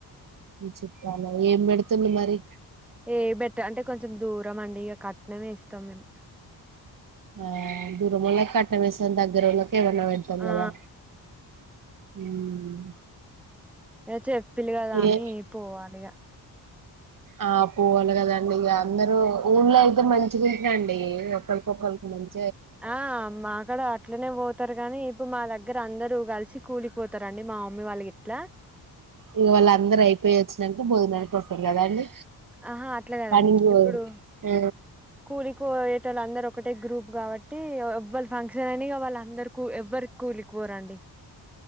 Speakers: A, on the right; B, in the centre.
A: మీ చుట్టాలా ఏం బెడుతుంది మరి
B: ఏం బెట్ట అంటే కొంచెం దూరం అండి ఇగ కట్నమే ఇస్తాం మేము
A: ఆ దూరమోలకు కట్నం యేస్తం దగ్గరలకేమన్నా బెడత్తాం
B: ఆ
A: గదా ఉమ్
B: ఏ చెప్పిల్ గదా అని
A: ఏ
B: పోవాలి ఇగ
A: ఆ పోవాలి గదండి ఇగ అందరు ఊళ్ళ అయితే మంచిది అండి ఒకలికొకల్కి మంచి
B: ఆ మా అక్కడ అట్లనే పోతారు కాగానీ ఇప్పు మా దగ్గర అందరూ కలిసి కూలిపోతారండి మా మా మమ్మీ వాల్ గిట్లా
A: ఇక వాళ్ళ అందరు అయిపోయ వచ్చినాక భోజనానికి వస్తారు కదా అండి
B: ఆహా అట్లా కాదండి
A: పని పో-
B: ఇప్పుడు
A: ఆ
B: కూలి కో ఏటోలు అందరు ఒకటే గ్రూప్ కాబట్టి ఎవ్వల్ ఫంక్షన్ అని వాళ్ళందరు కూ ఎవ్వరి కూలికిపోరండి